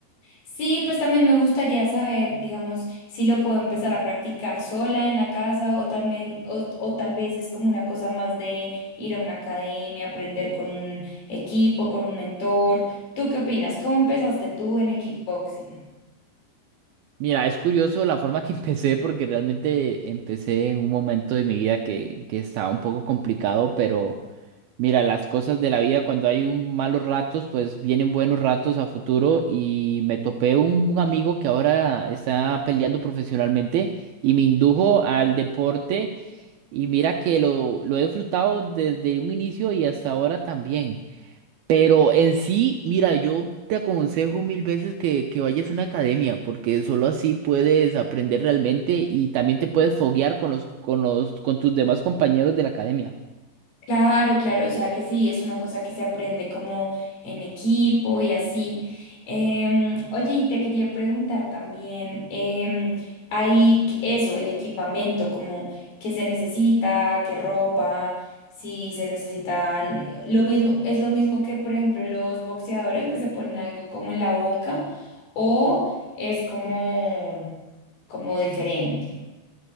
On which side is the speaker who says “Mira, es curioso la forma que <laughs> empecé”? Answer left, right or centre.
Right